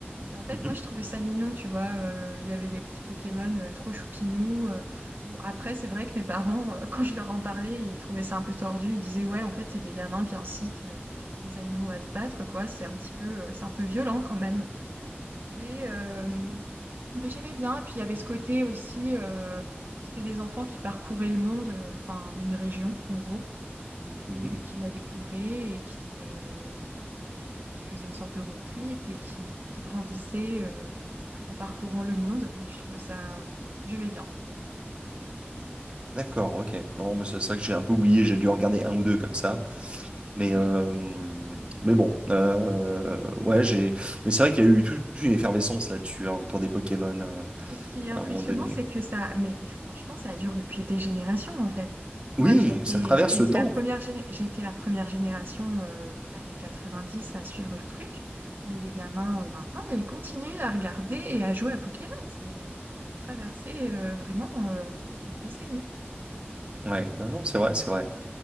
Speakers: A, on the right; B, on the right.
A: Et en fait,
B: Mhm,
A: moi, je trouvais ça mignon, tu vois. euh, Il y avait des petits Pokémon euh, trop choupinous. euh. Bon, après, c'est vrai que mes parents, euh, <laughs> quand je leur en parlais, ils trouvaient ça un peu tordu. Ils disaient, ouais, en fait, c'est des gamins qui incitent euh, des animaux à se battre, quoi. C'est un petit peu, euh, c'est un peu violent quand même. Mais, euh, mais j'aimais bien. puis il y avait ce côté aussi, euh, c'était des enfants qui parcouraient le monde, euh, enfin une région en gros, et
B: mhm.
A: qui la découvraient et qui, euh, et qui faisaient une sorte de road trip et qui, qui grandissaient euh, en parcourant le monde. Et je trouvais ça, j'aimais bien.
B: D'accord, ok. Non, mais c'est c'est vrai que j'ai un peu oublié, j'ai dû en regarder un ou deux comme ça. Mais,
A: Oui.
B: euh, mais bon, euh, ouais, j'ai. Mais c'est vrai qu'il y a eu toute une effervescence là-dessus, hein, autour des Pokémon, euh,
A: Et ce qui est impressionnant,
B: à un moment donné.
A: c'est que ça, mais franchement, ça dure depuis des générations en fait. Moi,
B: Oui,
A: j'ai été,
B: ça traverse
A: euh, j'ai été
B: le temps.
A: la première, géné- j'ai été la première génération euh, années dix à suivre le truc, mais les gamins euh, maintenant, ils continuent à regarder et à jouer à Pokémon. C'est, ça a traversé euh, vraiment euh, des décennies.
B: Ouais, non, non, c'est vrai, c'est vrai.